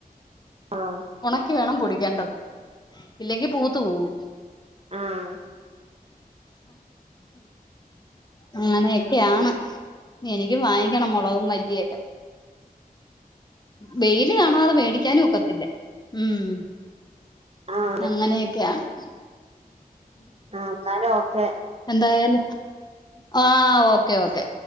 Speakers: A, on the right; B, on the left.
A: ആഹ്
B: ഒണക്കി വേണം പൊടി <unintelligible> ഇല്ലെങ്കി പൂത്ത് പോവും.
A: ആഹ്
B: അങ്ങനെയൊക്കെയാണ് എനിക്ക് വാങ്ങി ക്കണം മൊളകും മല്ലിയൊക്കെ. വെയില് കാണാതെ മേടിക്കാനും ഒക്ക തില്ല ഉം.
A: ആഹ്
B: അങ്ങനെയൊക്കെയാന്ന്.
A: ആ കാലോക്കെ
B: എന്തായാലും ആ ഓക്കെ ഓക്കെ.